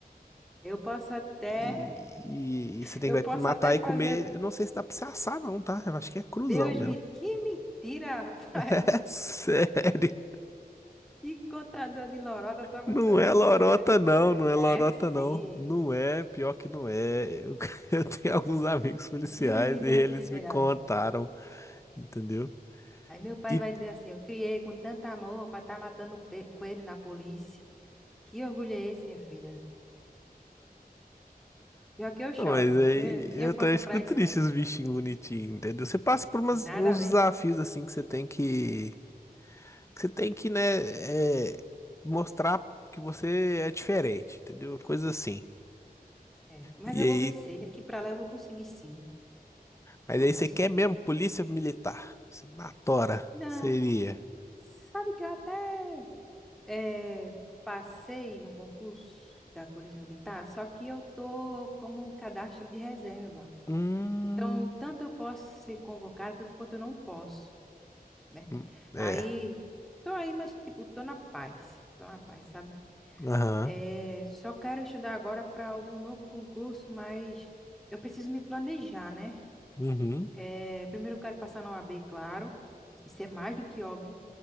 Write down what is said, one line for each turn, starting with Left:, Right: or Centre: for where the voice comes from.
Centre: eu posso até,
Left: E, e- e você tem
Centre: eu
Left: que
Centre: posso
Left: matar
Centre: até
Left: e
Centre: fazer.
Left: comer. Eu não sei se dá pra você assar, não, tá? Eu acho que é cruzão
Centre: Deus
Left: mesmo.
Centre: me,
Left: <laughs>
Centre: que mentira, Rafael.
Left: É sério.
Centre: Que contador de lorota tá botando
Left: Não é lorota,
Centre: medo. É,
Left: não, não é
Centre: é
Left: lorota,
Centre: sim.
Left: não. Não é, pior que não é. Eu, <laughs> eu tenho alguns amigos policiais
Centre: Deus me defenderá.
Left: e eles me contaram, entendeu?
Centre: Aí meu pai
Left: E,
Centre: vai dizer assim: Eu criei com tanto amor para estar matando pe- coelho na polícia. Que orgulho é esse, minha filha? Pior que eu choro.
Left: não, mas aí
Centre: Dê, Não tinha
Left: eu
Centre: força
Left: também fico
Centre: para
Left: triste
Centre: isso, não.
Left: os bichinhos bonitinhos, entendeu? Você passa por umas-
Centre: Tem nada
Left: uns
Centre: a ver.
Left: desafios assim que você tem que, que você tem que, né, é, mostrar que você é diferente, entendeu? Coisa assim.
Centre: É, mas
Left: E
Centre: eu
Left: aí,
Centre: vou vencer. Daqui para lá eu vou conseguir, sim.
Left: mas
Centre: eu
Left: aí
Centre: Vou conseguir.
Left: você quer mesmo polícia militar, assim, na tora,
Centre: Não.
Left: seria.
Centre: Sabe que eu até eh, passei no concurso da Polícia Militar, só que eu tô como um cadastro de reserva.
Left: Hum.
Centre: Então, tanto eu posso ser convocada, tanto quanto eu não posso. né?
Left: Hum, É.
Centre: Aí, tô aí, mas, tipo, tô na paz, tô na paz, sabe?
Left: Aham.
Centre: É, só quero estudar agora para algum novo concurso, mas eu preciso me planejar, né?
Left: Uhum.
Centre: É, primeiro eu quero passar na OAB, claro, isso é mais do que óbvio.